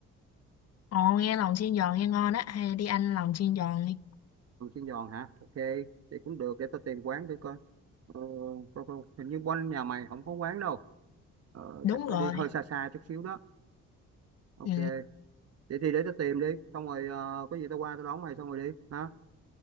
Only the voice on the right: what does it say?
lòng chiên giòn hả ok thì cũng được để tao tìm quán thử coi ờ, coi, coi. hình như quanh nhà mày không có quán đâu ờ,
chắc phải
đi hơi xa xa chút xíu đó ok
vậy thì để tao tìm đi xong rồi ờ, có gì tao qua tao đón mày xong rồi đi hả